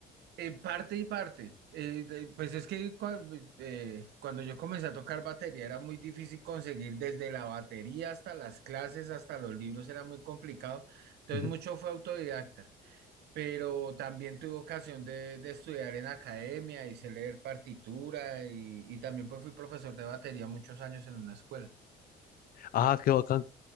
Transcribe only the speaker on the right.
eh, parte y parte. Eh, de- pues es que cua- eh, cuando yo comencé a tocar batería era muy difícil conseguir desde la batería hasta las clases, hasta los libros, era muy complicado. Entonces
mucho fue autodidacta. pero también tuve ocasión de, de estudiar en academia, hice leer partitura y, y también pues fui profesor de batería muchos años en una escuela.